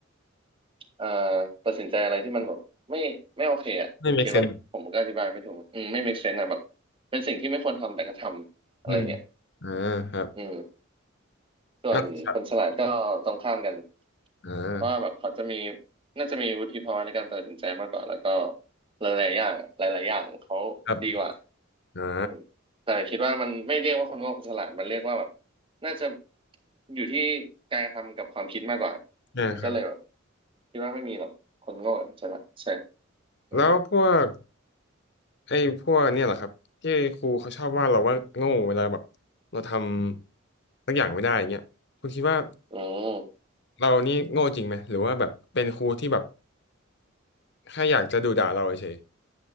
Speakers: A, on the right; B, on the left.
A: เอ่อตัดสินใจอะไรที่มันแบบไม่ไม่โอเคอ่ะคุณเก็ตว่าผมก็อธิบายไม่ถูกอืมไม่
B: ไม่ make sense
A: make sense อะแบบเป็นสิ่งที่ไม่ควรทำแต่ก็ทำอะไรเงี้ย
B: อืมอ่าครับ
A: อืมส่วนคนฉลาดก็ตรงข้ามกัน
B: อ่ะครับอ่า
A: เพราะว่าแบบเขาจะมีน่าจะมีวุฒิภาวะในการตัดสินใจมากกว่าแล้วก็หลายๆอย่างหลายๆอย่างเขาดีกว่า
B: ครับอ่า
A: อืมแต่คิดว่ามันไม่เรียกว่าคนโง่คนฉลาดมันเรียกว่าแบบน่าจะอยู่ที่การกระทำกับความคิดมากกว่า
B: อ่าครับ
A: มันก็เลยแบบคิดว่าไม่มีหรอกคนโง่กับคนฉลาดใช่ อืม
B: แล้วพวกไอ้พวกเนี่ยเหรอครับที่ครูเขาชอบว่าเราว่าโง่เวลาแบบเราทำสักอย่างไม่ได้อย่างเงี้ยคุณคิดว่า
A: อืม
B: เรานี่โง่จริงไหมหรือว่าแบบเป็นครูที่แบบแค่อยากจะดุด่าเราเฉย